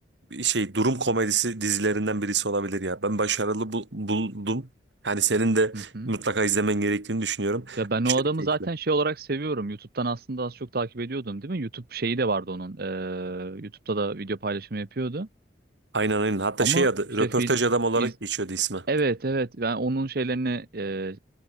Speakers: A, on the right; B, on the right.
A: şey durum komedisi dizilerinden birisi olabilir ya. Ben başarılı bu- buldum. Yani senin de
B: Hı hı.
A: mutlaka izlemen gerektiğini düşünüyorum.
B: Ya ben
A: Aşırı
B: o adamı
A: keyifli.
B: zaten şey olarak seviyorum. YouTube'dan aslında az çok takip ediyordum değil mi? YouTube şeyi de vardı onun. Ee, YouTube'da da video paylaşımı yapıyordu.
A: Aynen aynen. Hatta
B: Ama
A: şey adı
B: işte
A: röportaj
B: fil,
A: adam olarak
B: iz,
A: geçiyordu ismi.
B: evet evet ben onun şeylerini e,